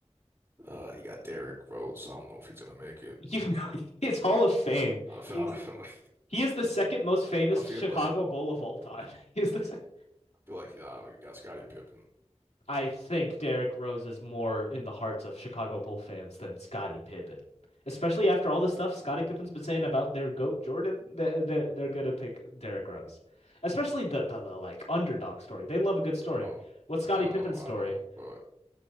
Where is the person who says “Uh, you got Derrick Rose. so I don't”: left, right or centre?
Right